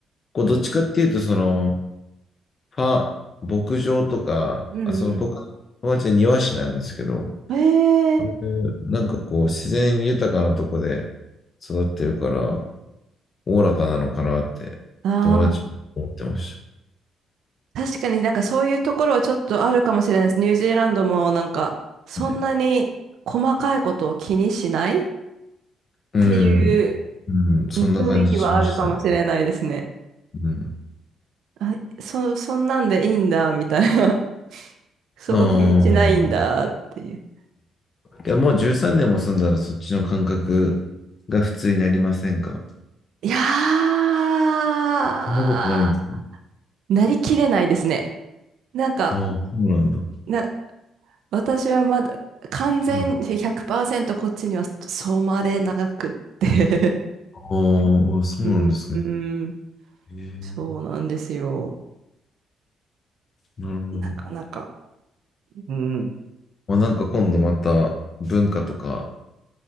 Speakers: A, on the left (about 45°); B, on the right (about 75°).
A: こうどっちかっていうと、その、ファ、牧場とか、
B: うん
A: あ、その僕の友達は庭師なんですけど、
B: うん。へえ。
A: そういうなんかこう自然豊かなとこで育ってるから、おおらかなのかなって友達は思ってまし
B: ああ、確かになんかそういうところはちょっとあるかもしれないです。ニュージーランドもなんか、そんなに細かいことを気にしないっ
A: たね。うん。
B: ていう
A: うん、そんな感じしましたね。
B: うん雰囲気はあるかもしれないですね。
A: うん。
B: あ、そ、そんなんでいいんだ、みたいな。<laughs> そこ気にしないんだ、
A: ああ、
B: っていう。
A: けどもう13年も住んだらそっちの感覚が普通になりませんか
B: いやー、
A: そんなことないんですね。
B: なりきれないですね。なんか、
A: ああ、そうなんだ。
B: な、私はまだ完全100%
A: はい。
B: こっちには染まれなくって
A: あ
B: <laughs>
A: あ、そうなんですね。
B: うん、うん
A: ええ、
B: そうなんですよ。
A: なるほど。
B: なかなか。うん。
A: まあ、なんか今度また文化とか、